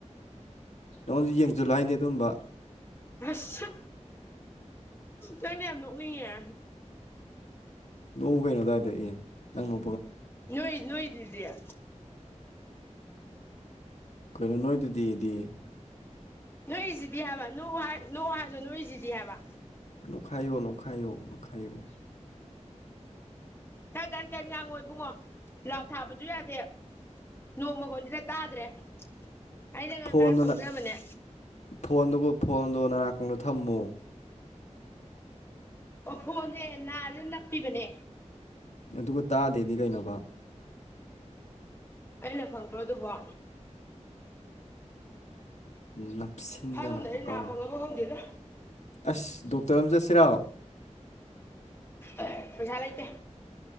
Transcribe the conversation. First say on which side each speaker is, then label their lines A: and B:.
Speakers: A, on the left; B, on the left.
A: ꯅꯉꯣꯟꯁꯨ ꯌꯦꯡꯁꯤꯜꯂꯨ ꯍꯥꯏꯗꯤꯦ ꯑꯗꯨꯝꯕ
B: ꯑꯁ ꯅꯪꯅ ꯌꯥꯝ ꯅꯣꯛꯅꯤꯡꯉꯦ
A: ꯅꯣꯡ ꯀꯩꯅꯣ ꯇꯗꯥꯏꯗ ꯑꯦ ꯅꯪꯅ
B: ꯅꯣꯏꯣꯏ ꯅꯣꯏꯗꯗꯌꯥ
A: ꯀꯩꯅꯣ ꯅꯣꯏꯗꯨꯗꯤꯗꯤ
B: ꯅꯣꯏꯣꯏꯁꯤꯗꯤ ꯍꯕ ꯅꯣꯡ ꯍꯥꯏ ꯅꯣꯡ ꯍꯥꯏꯗꯨ ꯅꯣꯏꯁꯤꯗꯤ ꯍꯥꯏꯕ
A: ꯅꯣꯛꯈꯥꯏꯌꫭ ꯅꯣꯛꯈꯥꯏꯌꫭ ꯅꯣꯛꯈꯥꯏꯌꫭ
B: ꯈꯔ ꯀꯟ ꯀꯟ ꯉꯥꯡꯉꯣ ꯏꯕꯨꯡꯉꯣ ꯂꯥꯎ꯭ꯠ ꯊꯥꯕꯖꯨ ꯌꯥꯗꯦ ꯅꯣꯡꯃꯈꫭꯟꯖꯤꯅ ꯇꯥꯗ꯭ꯔꯦ ꯑꯩꯅꯒ
A: ꯐꯣꯟꯗꯨꯅ
B: ꯈꯔ ꯄꯪꯖꯕꯅꯦ
A: ꯐꯣꯟꯗꯨꯕꯨ ꯐꯣꯟꯗꫭ ꯅꯅꯥ ꯀꯣꯡꯗ ꯊꯝꯃꫭ
B: ꯑꯣ ꯐꯣꯟꯖꯦ ꯅꯥꯖꯤꯗ ꯅꯞꯄꯤꯕꯅꯦ
A: ꯑꯗꯨꯒ ꯇꯥꯗꯦꯗꯤ ꯀꯩꯅꯣꯕ
B: ꯑꯩꯅ ꯈꯪꯕ꯭ꯔꯣ ꯑꯗꯨꯕꯣ
A: ꯅꯞꯁꯤꯟꯗꯅꯕꯀꯣ
B: ꯍꯪꯗꯅꯤ ꯅꯥ ꯄꯪꯉꯕ ꯈꯪꯗꯦꯗ
A: ꯑꯁ ꯗꯣꯛꯇꯔ ꯑꯝ ꯆꯠꯁꯤꯔꫭ
B: ꯑꯩ ꯄꯩꯁꯥ ꯂꯩꯇꯦ